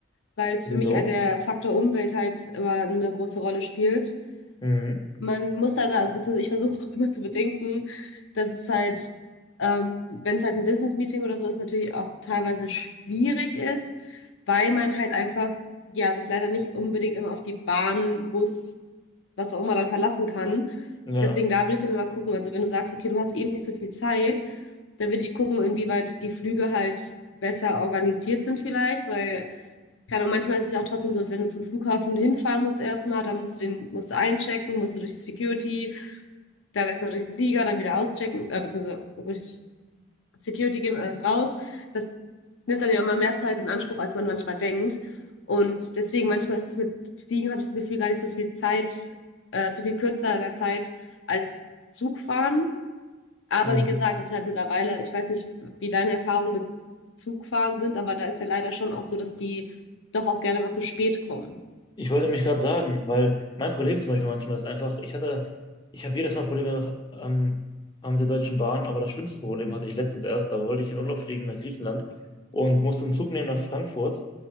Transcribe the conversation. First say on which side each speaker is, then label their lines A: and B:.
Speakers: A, on the left; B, on the left.
A: weil es
B: Wieso?
A: für mich halt der Faktor Umwelt halt immer eine große Rolle spielt.
B: Mhm.
A: Man muss da, da also beziehungsweise ich versuche <laughs> auch immer zu bedenken, dass es halt, ähm, wenn es halt ein Business-Meeting oder so ist, natürlich auch teilweise schwierig ist, weil man halt einfach, ja, sich leider nicht unbedingt immer auf die Bahn, Bus, was auch immer dann verlassen kann.
B: Ja.
A: Deswegen da würde ich dann immer gucken. Also wenn du sagst, okay, du hast eh nicht so viel Zeit, dann würde ich gucken, inwieweit die Flüge halt besser organisiert sind vielleicht, weil, keine Ahnung, manchmal ist es ja auch trotzdem so, dass wenn du zum Flughafen hinfahren musst erstmal, dann musst du den, musst du einchecken, musst du durch die Security, dann erstmal durch den Flieger, dann wieder auschecken, äh, beziehungsweise durch Security gehen und alles raus. Das nimmt dann ja immer mehr Zeit in Anspruch, als man manchmal denkt. Und deswegen, manchmal ist es mit Fliegen, habe ich das Gefühl, gar nicht so viel Zeit, äh, so viel kürzer in der Zeit als Zugfahren. Aber
B: Mhm.
A: wie gesagt, das ist halt mittlerweile, ich weiß nicht, wie deine Erfahrungen mit Zugfahren sind, aber da ist ja leider schon auch so, dass die doch auch gerne mal zu spät kommen.
B: Ich wollte mich gerade sagen, weil mein Problem zum Beispiel manchmal ist einfach, ich hatte, ich habe jedes Mal Probleme ähm, mit der Deutschen Bahn, aber das schlimmste Problem hatte ich letztens erst. Da wollte ich in Urlaub fliegen nach Griechenland und musste einen Zug nehmen nach Frankfurt.